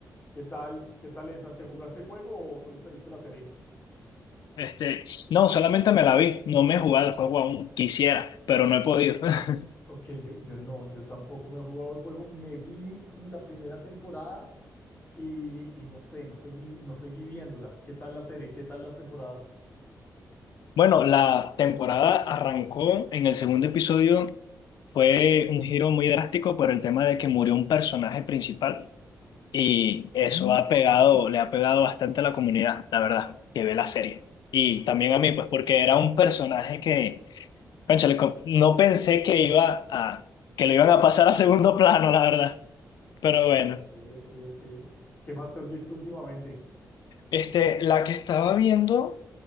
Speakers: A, on the left (about 35°); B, on the left (about 80°).
A: ¿Qué tal? ¿Qué tal esa? ¿Te jugaste el juego o solo te viste la serie?
B: Este, no, solamente me la vi, no me he jugado el juego aún. Quisiera, pero no he podido. <laughs>
A: Ok, yo, yo no, yo tampoco me he jugado el juego. Me vi como la primera temporada y, y no sé, no seguí, no seguí viéndola. ¿Qué tal la serie? ¿Qué tal las temporadas?
B: Bueno, la temporada arrancó en el segundo episodio. Fue un giro muy drástico por el tema de que murió un personaje principal. Y eso ha pegado, le ha pegado bastante a la comunidad, la verdad, que ve la serie. Y también
A: Ok,
B: a mí, pues porque era un personaje que, cónchale, co- no pensé que iba a, que lo iban a pasar a segundo plano, la verdad. Pero bueno.
A: ok, ok, ok. ¿Qué más te has visto últimamente?
B: Este, la que estaba viendo